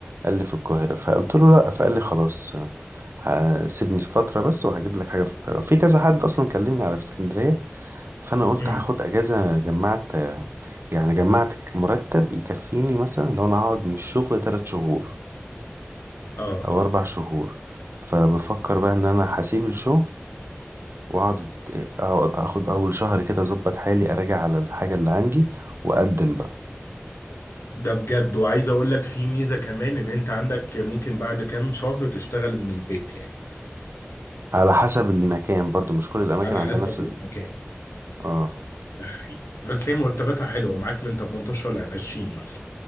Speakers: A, on the right (about 60°); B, on the left (about 75°).
A: قال لي في القاهرة فقلت له لا فقال لي خلاص ه- سيبني فترة بس وهجيب لك حاجة في القاهرة في كذا حد اصلا كلمني على في اسكندرية فانا قلت
B: امم
A: هاخد اجازة جمعت يعني جمعت مرتب يكفيني مثلا لو انا هقعد من الشغل تلات شهور
B: اه
A: او اربع شهور فبفكر بقى ان انا هسيب الشغل واقعد اقعد اخد اول شهر كده اظبط حالي اراجع على الحاجة اللي عندي واقدم بقى
B: ده بجد وعايز اقول لك في ميزه كمان ان انت عندك ممكن بعد كام شهر تشتغل من البيت يعني
A: على حسب المكان برضو مش كل الاماكن
B: على
A: عندها
B: حسب
A: نفس ال...
B: المكان
A: اه
B: ده حقيقي بس هي مرتباتها حلوه معاك من 18 ل 20 مثلا